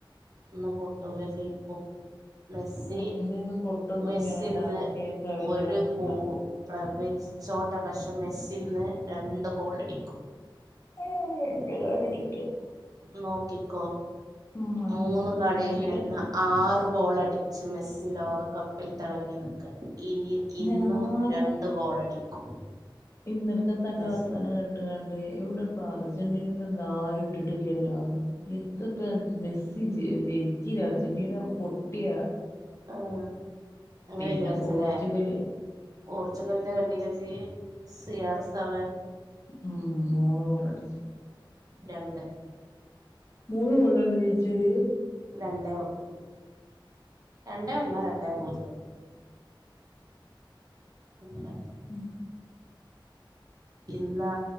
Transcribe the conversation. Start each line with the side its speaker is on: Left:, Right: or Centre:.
Right: ഇന്ന് പൊട്ടുല്ല ജയിക്കും മെസ്സി
Left: അർജന്റീന ഇന്ന് പൊട്ടുന്നൊക്കെയാണല്ലോ
Right: മെസ്സിന്ന്
Left: ആരൊക്കെ പ്രവചനം
Right: ഒരു ഗോ
Left: നട
Right: പ്രവചിച്ചോട്ടെ പക്ഷെ മെസ്സിന്ന് രണ്ട് ഗോൾ അടിക്കും.
Left: ഏ രണ്ട് ഗോൾ അടിക്കും
Right: നോക്കിക്കോ
Left: ഉം ഓക്കെ
Right: മൂന്ന് കളിയിൽ
Left: രാവിലെ
Right: നിന്ന ആറ് ഗോളടിച്ച് മെസ്സി ലോകകപ്പിൽ തിളങ്ങി നിക്ക ഇനി ഇന്നും
Left: ഞാനെ
Right: രണ്ട് ഗോളടിക്കും
Left: ഇന്നലക്കത്തെ അന്റെ
Right: മെസ്സി
Left: വർത്തനം കേട്ട് ഇട്ട്ങ്ങാട് ഇവിടെപ്പോ അർജന്റീനന്റെ എന്താ ആരും ഇട്ടിട്ടില്ലല്ലോ എത്തപ്പ മെസ്സി ജ ജയിച്ചില്ല അർജന്റീന പൊട്ടിയാ
Right: ആഹ് അങ്ങനെ
Left: പിന്നെ
Right: വിചാരിച്ചല്ലേ
Left: പോർച്ചുഗല്
Right: പോർച്ചുഗലിന്റെ കണ്ടില്ലേ ഇജ്ജ് സി ആർ സെവൻ
Left: ഉം മൂന്ന് ഡോളടിച്ച്
Right: രണ്ട്
Left: മൂന്ന് ഗോളിലല്ലേ ജയിച്ചത്
Right: രണ്ടേ ഒന്ന് രണ്ടേ ഒന്നോ രണ്ടേ പൂജ്യാണ് എങനെ
Left: ഉം
Right: ഇന്നാ